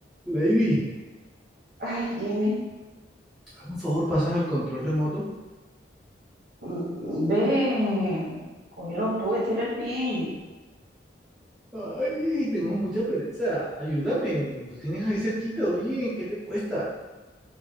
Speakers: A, in the centre; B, on the right (about 55°).
A: Lady,
B: Ay, Jimmy,
A: hazme un favor, pásame el control remoto.
B: mm, ve, cógelo tú, tira el pie.
A: Ay, tengo mucha pereza. Ayúdame. Lo tienes ahí cerquita. Oye, ¿qué te cuesta?